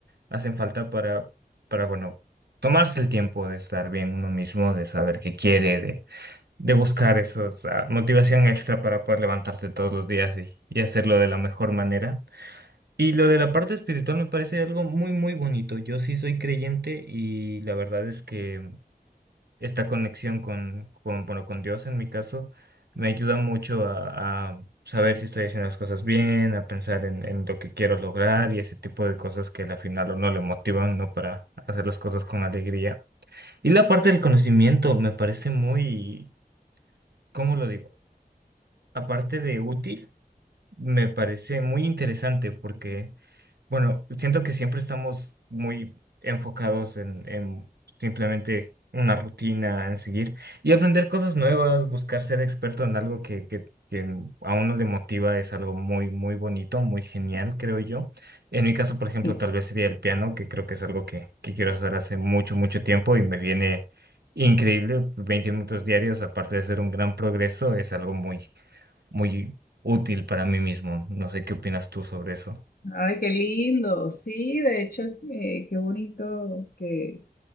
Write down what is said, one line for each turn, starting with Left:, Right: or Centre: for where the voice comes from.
Right: hacen falta para, para, bueno, tomarse el tiempo de estar bien uno mismo, de saber qué quiere, de, de buscar esos, ah, motivación extra para poder levantarte todos los días y, y hacerlo de la mejor manera. Y lo de la parte espiritual me parece algo muy, muy bonito. Yo sí soy creyente y la verdad es que esta conexión con, con, bueno, con Dios en mi caso, me ayuda mucho a, a saber si estoy haciendo las cosas bien, a pensar en, en lo que quiero lograr y ese tipo de cosas que al final o no le motivan, ¿no? Para hacer las cosas con alegría. Y la parte del conocimiento me parece muy, ¿cómo lo digo? Aparte de útil, me parece muy interesante porque... Bueno, siento que siempre estamos muy enfocados en, en simplemente una rutina, en seguir y aprender cosas nuevas, buscar ser experto en algo que, que, que a uno le motiva es algo muy, muy bonito, muy genial, creo yo. En mi caso, por ejemplo,
Left: Sí.
Right: tal vez sería el piano, que creo que es algo que, que quiero hacer hace mucho, mucho tiempo y me viene increíble. veinte minutos diarios, aparte de ser un gran progreso, es algo muy, muy útil para mí mismo. No sé qué opinas tú sobre eso.
Left: Ay, qué lindo. Sí, de hecho, eh, qué bonito que,